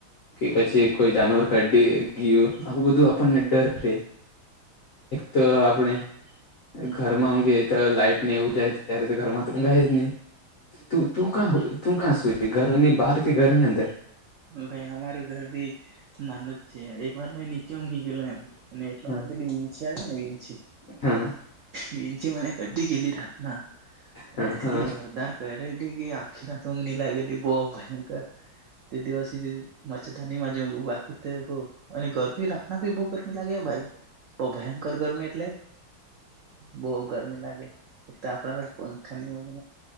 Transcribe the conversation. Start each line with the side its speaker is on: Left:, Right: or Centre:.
Left: કે પછી કોઈ જાનવર કાઢ ગયું આવું બધું આપણને ડર રહે તો આપણે ઘરમાં ઊંઘે લાઈટ ને એવું જાય ત્યારે તો ઘરમાં તો ઊંઘ આય જ નહી તું ક તું કા સુઈ ઘરની બહાર તે ઘર ની અંદર
Right: ભાઈ અમારું ઘર ભી નાનો જ છે એક વાર મેં નીચે ઊંઘી ગે લો એમ અને એટલામાં
Left: હા
Right: પેલી વિંછી આવે ને વિંછી
Left: હા
Right: મીંચ મને કડ્ કેલી રાત ના
Left: હા
Right: એટલી
Left: હા
Right: જોરદાર ક અરે કે આખી ના તોઊઘની લાગેલી બહુ ભયંકર તે દિવસે મચ્છરદાની માંઘ બાકી તો બ અને ગરમી રાખના ભી બહુ ગરમી લાગે ભાઈ તો ભયંકર ગરમી એટલે. બહવ ગરમી લાગે. એક તો આપણા ખાની વગે